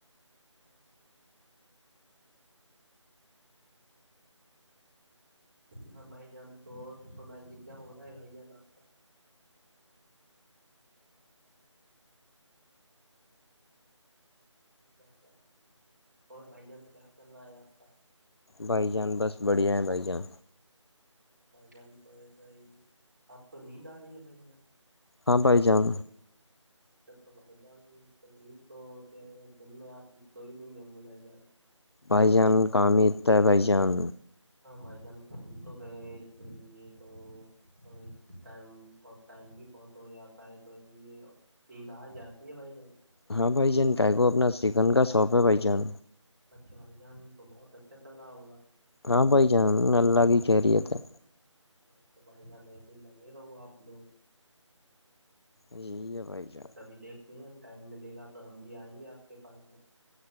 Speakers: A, on the right; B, on the left.
A: ہاں بھائی جان تو اور سنائیے کیا ہو رہا ہے بھائی جان آپ کا <inaudible> بات اور بھائی جان کیا چل رہا ہے آپ کا
B: بھائی جان بس بڑھیا ہے بھائی جان
A: تو بھائی جان تو ایسا ہی آپ کو نیند آ رہی ہے بھائی جان
B: ہاں بائی جان
A: <inaudible> اچا تو بھائی جان تو نیند تو دن میں آپ سو ہی نہیں ہوں گے بھائی جان
B: بھائی جان کامت بھائی جان
A: ہاں بھائی جان کام تو ہے اس کے لیے تو اور ٹائم بہت ٹائم بھی بہت ہو جاتا ہے تو اس لیے نیند آ جاتی ہے بھائی جان
B: ہاں بائی جان کا کوو اپنا سکن کا شاپ ہے بھائی جان
A: اچھا بھائی جان تو بہت اچھا چل رہا ہوگا
B: ہاں بھ جان لگی کہریی ہے
A: ہاں تو بھائی جان ایسے ہی لگے رہو آپ لوگ
B: یہی ہے بھائی جان
A: کبھی دیکھتے ہیں ہم ٹائم ملے گا تو ہم بھی آئیں گے آپ کے پاس میں